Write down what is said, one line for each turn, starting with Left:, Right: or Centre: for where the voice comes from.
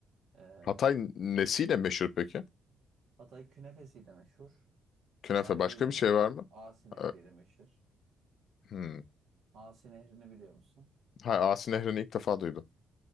Right: Ee,
Left: Hatay nesiyle meşhur peki?
Right: Hatay künefesi de meşhur.
Left: Künefe
Right: tarihi
Left: başka
Right: de
Left: bir
Right: meşhur.
Left: şey var mı?
Right: Asi nehri
Left: Ee,
Right: de meşhur.
Left: Hmm.
Right: Asi Nehri'ni biliyor musun?
Left: Hayır, Asi Nehri'ni ilk defa duydum.